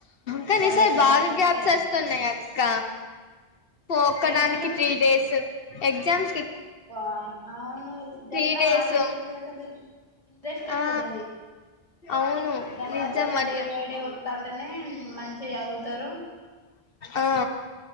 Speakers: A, on the left; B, on the left.
A: కానీ
B: వాళ్ళు
A: ఈసారి
B: ఎక్కడ
A: బాగా
B: రాస్తారో
A: గ్యాప్స్
B: ఏమో
A: వస్తున్నాయి అక్క ఒక్కదానికి
B: ఏంటిదిరా
A: త్రీ డేస్. ఎగ్జామ్
B: ఆ అవును
A: త్రీ
B: గట్ల
A: డేస్
B: హల్డేస్ ఇస్తే అసలు ఇంట్రెస్ట్ ఏ
A: ఆ
B: పోతది.
A: అవును
B: దాన్న
A: నిజం
B: దాన్న
A: అక్క
B: డే బై డే వత్తాంటేనే మంచిగా చదువుతారు
A: ఆ